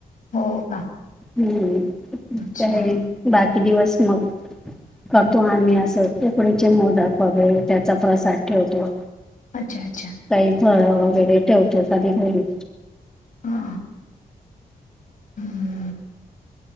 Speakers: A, on the left; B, in the centre.
A: हो का
B: हम्म
A: अच्छा
B: ते आहेत बाकी दिवस मग करतो आम्ही असं उकडीचे मोदक वगैरे त्याचा प्रसाद ठेवतो.
A: अच्छा अच्छा
B: काही फळ वगैरे ठेवतो कधी कधी.
A: हा हम्म